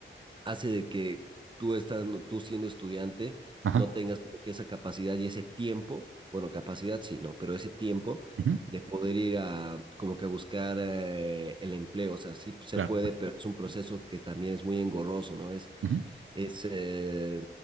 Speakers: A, on the right; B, on the right.
A: hace de que tú estando, tú siendo estudiante,
B: ajá,
A: no tengas como que esa capacidad y ese tiempo, bueno, capacidad sí, no, pero ese tiempo
B: ujú,
A: de poder ir a como que a buscar eh, el empleo, o sea, sí se
B: claro,
A: puede, pero es un proceso que también es muy engorroso, ¿no? Es,
B: ujú,
A: es, eh,